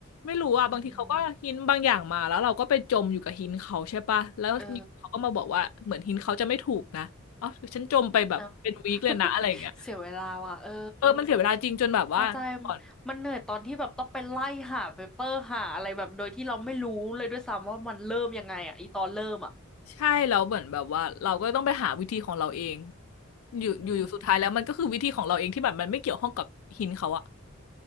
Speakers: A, on the left; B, in the centre.
A: ไม่รู้อ่ะบางทีเขาก็หินบางอย่างมาแล้วเราก็ไปจมอยู่กับหินเขาใช่ปะแล้วอยู่เขาก็มาบอกว่าเหมือนหินเขาจะไม่ถูกนะเอ๋อฉันจมไปแบบเป็นวีคเลยนะอะไรอย่างเงี้ย
B: อืมเออเอ้า <laughs> เสียเวลาว่ะ เออ
A: เออมันเสียเวลาจริงจนแบบว่าก่อน
B: เข้าใจมันเหนื่อยตอนที่แบบต้องไปไล่หาเปเปอร์หาอะไรแบบโดยที่เราไม่รู้เลยด้วยซ้ำว่ามันเริ่มยังไงอ่ะอีตอนเริ่มอ่ะ
A: ใช่แล้วเหมือนแบบว่าเราก็ต้องไปหาวิธีของเราเองอยู่อยู่อยู่สุดท้ายแล้วมันก็คือวิธีของเราเองที่แบบมันไม่เกี่ยวข้องกับหินเขาอะ
B: อืม